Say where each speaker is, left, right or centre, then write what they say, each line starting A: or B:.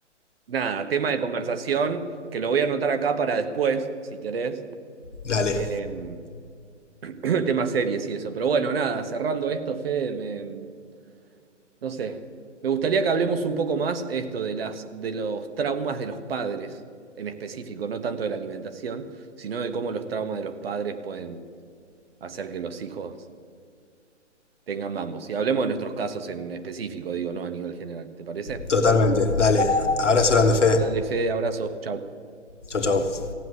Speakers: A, on the right; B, on the left.
A: nada, tema de conversación, que lo voy a anotar acá para después, si querés.
B: Dale,
A: Em, <clears throat> tema series y eso. Pero bueno, nada, cerrando esto, Fede, me- no sé. Me gustaría que hablemos un poco más esto de las, de los traumas de los padres en específico, no tanto de la alimentación, sino de cómo los traumas de los padres pueden hacer que los hijos tengan ambos. Y hablemos de nuestros casos en específico, digo, no a nivel general. ¿Te parece?
B: totalmente. Dale. Abrazo grande, Fede.
A: Dale, Fede, abrazo. Chau.
B: Chau, chau.